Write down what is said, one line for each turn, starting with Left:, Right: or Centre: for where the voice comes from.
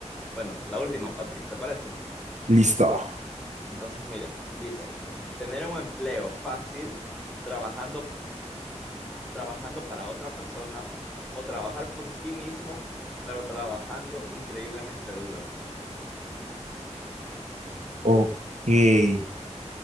Centre: Bueno, la última, Patrick, ¿te parece?
Right: Listo.
Centre: Entonces, mira, dice, tener un empleo fácil, trabajando, trabajando para otra persona, o trabajar por ti mismo, pero trabajando increíblemente duro.
Right: Ok. <laughs>